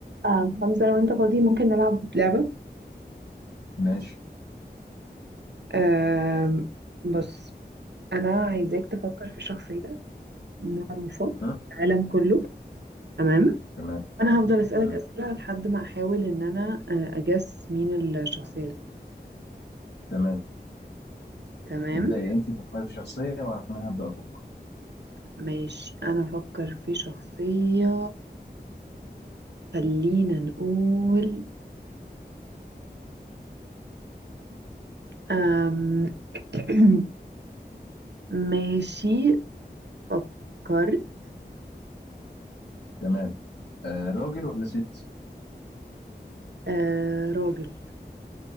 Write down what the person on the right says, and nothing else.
اه حمزة لو انت فاضي ممكن نلعب لعبة
آم، بص انا عايزاك تفكر في شخصية معروفة
في العالم كله تمام
انا هفضل اسألك
اسئلة لحد ما احاول ان انا آه، اجس مين الشخصية دي
تمام
ماشي انا افكر في شخصية خلينا نقول آم، <clears throat> ماشي فكرت
آه راجل